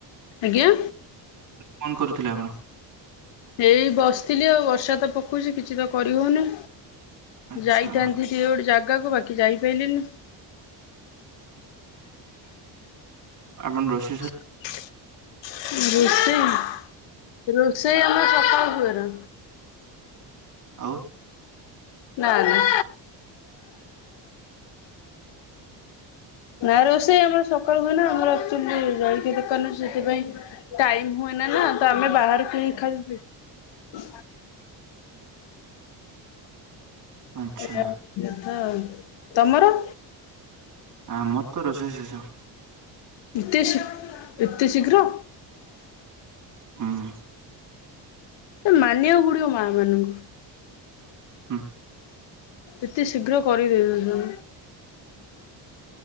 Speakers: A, on the left (about 80°); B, on the right (about 45°).
A: ଆଜ୍ଞା?
B: କଣ କରୁଥିଲେ ଆପଣ?
A: ଏଇ ବସିଥିଲି ଆଉ ବର୍ଷା ତ ପକଉଛି କିଛି ତ କରିହଉନି।
B: ଆଚ୍ଛା
A: ଯାଇଥାନ୍ତି ଟିକେ ଗୋଟେ ଜାଗାକୁ ବାକି ଯାଇପାରିଲିନି।
B: ଆପଣ <unintelligible>
A: <unintelligible> ରୋଷେଇ ଆମ ସକାଳ ହୁଏ ନା।
B: ଆଉ?
A: ନା ନା।
B: <inaudible>
A: ନା ରୋଷେଇ ଆମର ସକାଳୁ ହୁଏ ନା ଆମର ଅକଚୁଆଲି ଜଳିକିଆ ଦୋକାନ ସେଥିପାଇଁ। ଟାଇମ ହୁଏ ନା ନା ତ ଆମେ ବାହାରାରୁ କିଣି ଖାଇ ହ
B: ଆଚ୍ଛା।
A: ହ୍ୟାଲୋ ହଁ ତମର
B: ଆମର ତ ରୋଷେଇ ଶେଷ।
A: ଏତେ ଶୀ ଏତେ ଶୀଘ୍ର
B: ହୁଁ
A: ଏ ମାନିବାକୁ ପଡ଼ିବ ମା ମାନଙ୍କୁ।
B: ହୁଁ
A: ଏତେ ଶୀଘ୍ର କରିଦେବେ ସବୁ।